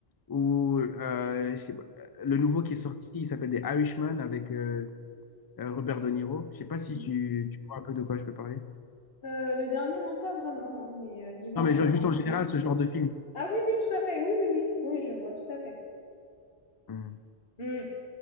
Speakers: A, on the left (about 35°); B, on the left (about 60°).
A: ou euh, je sais pas, euh, le nouveau qui est sorti, il s'appelle des Irishman avec euh, euh, Robert De Niro. Je sais pas si
B: mm.
A: tu, tu vois un peu de quoi je peux parler.
B: Euh, le dernier, non, pas vraiment, non, mais euh, dis-moi,
A: Non, mais genre,
B: dis-moi
A: juste
B: en
A: en
B: plus.
A: général, ce genre de film.
B: Ah oui, oui, tout à fait, oui, oui, oui, oui, je vois, tout à fait.
A: Mhm.
B: Mm.